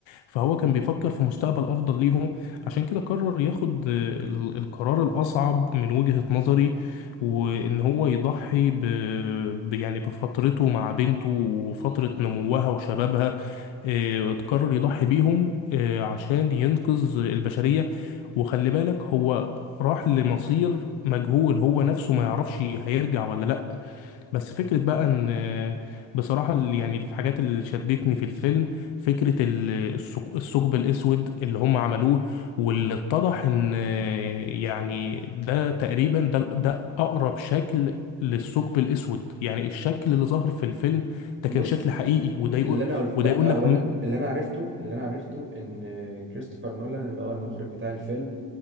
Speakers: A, on the left; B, on the right.
A: فهو كان بيفكر في مستقبل افضل ليهم عشان كده قرر ياخد آه، ال- القرار الاصعب من وجهه نظري وان هو يضحي ب ب- يعني بفترته مع بنته وفتره نموها وشبابها آه، وتقرر يضحي بيهم آه، عشان ينقذ البشرية وخلي بالك هو راح لمصير مجهول هو نفسه ما يعرفش هيرجع ولا لأ بس فكرة بقى ان آه، بصراحة ال- يعني الحاجات اللي شدتني في الفيلم فكرة ال- الثق- الثقب الأسود اللي هم عملوه واللي اتضح ان آه، يعني ده تقريبا ده ده أقرب شكل للثقب الأسود يعني الشكل اللي ظهر في الفيلم ده
B: بص
A: كان شكل حقيقي وده يقول
B: اللي انا قلت
A: وده
B: لا
A: يقول لك
B: هو لا اللي انا عرفته اللي انا عرفته ان كريستوفر نولان اللي هو المخرج بتاع الفيلم